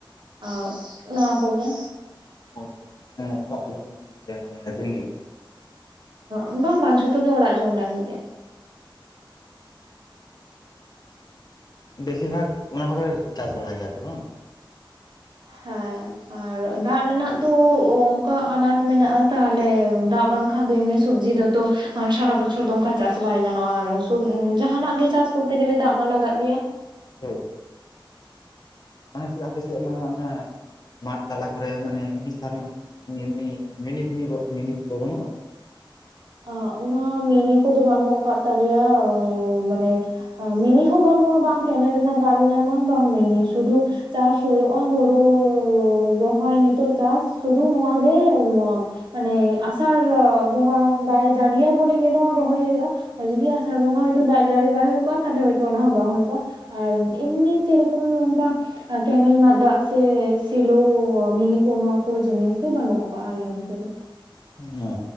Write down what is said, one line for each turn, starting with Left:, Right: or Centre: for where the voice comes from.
Right: ᱟᱩ ᱱᱚᱣᱟ ᱠᱚᱜᱮ
Left: <unintelligible>
Right: ᱚ ᱵᱟᱝ ᱵᱟᱝ ᱡᱷᱚᱛᱚ ᱜᱮ ᱚᱲᱟᱜ ᱡᱚᱢ ᱞᱟᱹᱜᱤᱫ ᱜᱮ
Left: ᱵᱮᱥᱤᱨ ᱵᱷᱟᱜ ᱚᱱᱟ ᱠᱚᱯᱮ ᱪᱟᱥ ᱵᱟᱲᱟᱭ ᱜᱮᱭᱟᱯᱮ ᱵᱟᱝ?
Right: ᱦᱮᱸ ᱟᱨ ᱫᱟᱜ ᱨᱮᱱᱟᱜ ᱛᱚ ᱚᱱᱠᱟ ᱟᱱᱟᱴ ᱢᱮᱱᱟᱜᱼᱟ ᱛᱟᱦᱚᱞᱮ ᱫᱟᱜ ᱵᱟᱝ ᱠᱷᱟᱱ ᱮᱢᱱᱤ ᱥᱚᱵᱡᱤ ᱫᱚᱛᱚ ᱥᱟᱨᱟ ᱵᱚᱪᱷᱚᱨ ᱫᱚ ᱚᱱᱠᱟ ᱪᱟᱥ ᱵᱟᱭ ᱜᱟᱱᱚᱜ-ᱟ ᱡᱟᱦᱟᱱᱟᱜ ᱜᱮ ᱪᱟᱥ ᱠᱚᱨᱛᱮ ᱜᱮᱞᱮ ᱫᱟᱜ ᱢᱟ ᱞᱟᱜᱟᱜ ᱜᱮᱭᱟ᱾
Left: ᱦᱳᱭ ᱢᱪᱮᱫ ᱟᱯᱮ ᱥᱮᱫ ᱢᱟ ᱚᱱᱟ <unintelligible>
Right: ᱟ ᱚᱱᱟ ᱢᱤᱱᱤ ᱠᱚᱫᱚ ᱵᱟᱹᱱᱩᱜ ᱟᱠᱟᱫ ᱛᱟᱞᱮᱭᱟ ᱢᱟᱱᱮ ᱢᱤᱱᱤ ᱦᱚᱸ ᱵᱟᱹᱱᱩᱜ-ᱟ ᱵᱟᱝ ᱜᱮ ᱚᱱᱟ ᱨᱮᱱᱟᱜ ᱫᱟᱜ ᱞᱮ ᱧᱟᱢᱟ ᱵᱟᱝ ᱢᱤᱱᱤ ᱥᱩᱫᱷᱩ ᱪᱟᱥ ᱦᱳᱭᱳᱜ-ᱟ ᱦᱩᱲᱩ ᱨᱚᱦᱚᱭ ᱱᱤᱛᱳ ᱪᱟᱥ ᱥᱩᱫᱩ ᱱᱚᱣᱟ ᱜᱮ ᱢᱟᱱᱮ ᱟᱥᱟᱲ ᱵᱚᱸᱜᱟ ᱫᱟᱭ ᱡᱟᱲᱤᱭᱟ ᱵᱚᱞ ᱜᱮ ᱱᱚᱣᱟ ᱨᱚᱦᱚᱭ ᱦᱩᱭᱩᱜ-ᱟ᱾ ᱟᱨ ᱡᱩᱫᱤ ᱟᱥᱟᱲ ᱵᱚᱸᱜᱟ ᱦᱚᱭᱛᱳ ᱫᱟᱜ ᱡᱟᱹᱲᱤᱟᱭ ᱦᱩᱭ ᱠᱚᱜ-ᱟ ᱛᱟᱦᱚᱞᱮ ᱦᱚᱭᱛᱳ ᱚᱱᱟ ᱦᱚᱸ ᱵᱟᱝ ᱦᱩᱭ ᱠᱚᱜ-ᱟ ᱟᱨ ᱮᱢᱱᱤ ᱥᱮᱨᱚᱠᱚᱢ ᱚᱱᱠᱟ ᱠᱮᱱᱮᱞ ᱨᱮᱱᱟᱜ ᱫᱟᱜ ᱥᱮ ᱥᱮᱞᱚ ᱢᱤᱱᱤ ᱠᱚ ᱱᱭᱟᱠᱚ ᱡᱤᱱᱤᱥ ᱫᱚ ᱟᱠᱟᱜ ᱟᱞᱮ ᱱᱚᱛᱮ ᱫᱚ ᱾
Left: ᱱ-ᱚ